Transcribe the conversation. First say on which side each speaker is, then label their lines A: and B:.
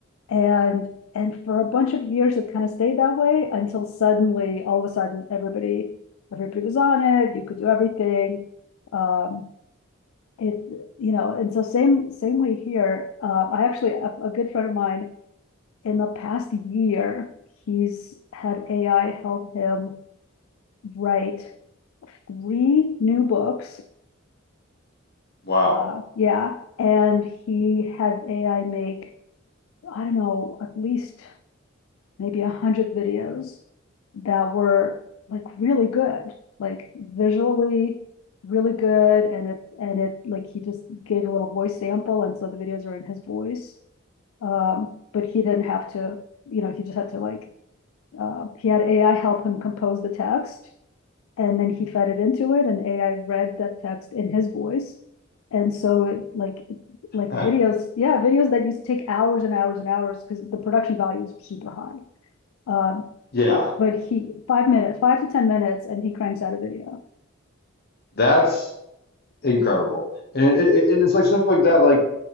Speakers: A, on the left; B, on the left.
A: And and for a bunch of years it kind of stayed that way until suddenly all of a sudden everybody everybody was on it. You could do everything. Um, it, you know, and so same, same way here, uh, I actually, a, a good friend of mine, in the past year, he's had AI help him write three new books.
B: Wow.
A: Uh, yeah, and he had AI make, I don't know, at least maybe a hundred videos that were like really good, like visually really good, and it and it like he just gave a little voice sample, and so the videos are in his voice Um, but he didn't have to, you know, he just had to like, uh, he had AI help him compose the text. And then he fed it into it and AI read that text in his voice. And so it like, like
B: <laughs>
A: videos, yeah, videos that used to take hours and hours and hours because the production value is super high. Um,
B: Yeah.
A: but he five minutes, five to ten minutes, and he cranks out a video.
B: That's. incredible. And it, it, and it's like stuff like that, like